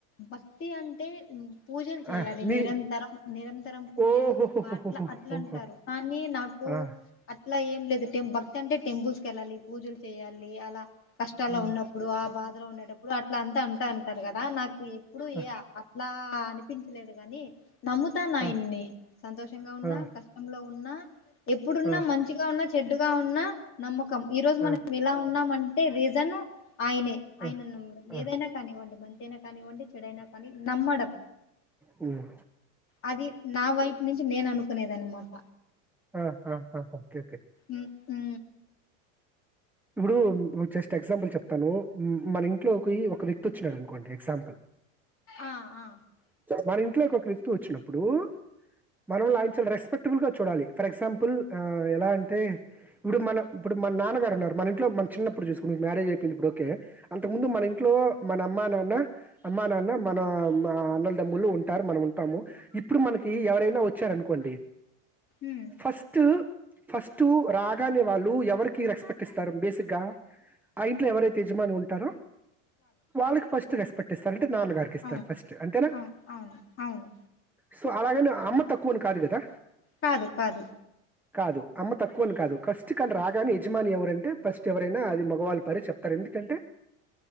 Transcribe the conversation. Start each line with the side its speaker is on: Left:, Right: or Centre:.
Left: భక్తి అంటే పూజలు జేయాలి
Centre: ఆ! మీ
Left: నిరంతరం నిరంతరం పూజలు
Centre: ఓహోహోహోహోహో!
Left: అట్లా అట్లా అంటారు కానీ నాకు
Centre: ఆ!
Left: అట్లా ఏం లేదు టెం భక్ అంటే టెంపుల్స్ కి వెళ్లాలి పూజలు చేయాలి అలా కష్టాల్లో
Centre: హ్మ్.
Left: ఉన్నప్పుడు ఆ బాధలో ఉండేటప్పుడు అట్లా అంతా అంటా అంటారు కదా నాకు ఎప్పుడూ
Centre: ఆ!
Left: ఏ అట్లా అనిపించలేదు అది గాని నమ్ముతాను ఆయన్ని
Centre: ఆ!
Left: సంతోషంగా ఉన్నా
Centre: ఆ!
Left: కష్టంలో ఉన్నా ఎప్పుడున్నా
Centre: ఆ!
Left: మంచిగా ఉన్నా చెప్ చెడ్డుగా ఉన్నా నమ్మక్ ఈ రోజు మనం
Centre: ఆ!
Left: ఇలా ఉన్నామన్ అంటే రీజన్ ఆయనే ఆయనను
Centre: ఆ! ఆ!
Left: ఏదైనా కానివ్వండి మన్ తెనా కానివ్వండి చెడైనా కానీ నమ్మడం
Centre: హ్మ్.
Left: అది నా వైపు నుంచి నేను అనుకునేదన్నమాట
Centre: ఆ! ఆ! ఆ! ఓకే. ఓకే.
Left: ఊ ఊ
Centre: ఇప్పుడు జస్ట్ ఎగ్జాంపుల్ చెప్తాను మన ఇంట్లోకి ఒక వ్యక్తి చ్చినాడు అనుకోండి ఎగ్జాంపుల్
Left: ఆ ఆ
Centre: మన ఇంట్లోకి ఒక వ్యక్తి వచ్చినప్పుడు మన ఆ చాల రెస్పెక్ట్బుల్గా చూడాలి ఫర్ ఎగ్జాంపుల్ ఎలా అంటే ఇప్పుడు మన ఇప్పుడు మన నాన్నగారు ఉన్నారు మన ఇంలో మన చిన్నప్పుడు చూసుకుకు మ్యారేజ్ అయింది ఇప్పుడు కే అంతకు ముందు మన ఇంట్లో మన అమ్మ నాన్న అమ్మా నాన్న మన అన్నలు దమ్ములు ఉంటారు మనం ఉంటాము ఇప్పుడు మనకి ఎవరైనా వచ్చారనుకోండి
Left: ఉమ్
Centre: ఫస్ట్ ఫస్ట్ రాగానే వాళ్ళు ఎవరికి రెస్పెక్ట్ పటిస్తారు బేసిక్ గా ఆ ఇంట్లో ఎవరైతే యజమాని ఉంటారో వాళ్ళకి ఫస్ట్ రెస్ప పట్ట సర నాన్నగారికి ఇస్తారు
Left: అవును
Centre: ఫస్ట్ అంతేనా
Left: అవును అవును అవును
Centre: సో అలాగేనే అమ్మ తక్కువని కాదు కదా
Left: కాదు కాదు
Centre: కాదు అమ్మ తక్కువ అని కాదు కష్టటి కానీ రాగానే యజమాని ఎవరైనా ఫస్ట్ ఎవరైనా అది మగవాళ పరి చెప్తారు ఎందుకంటే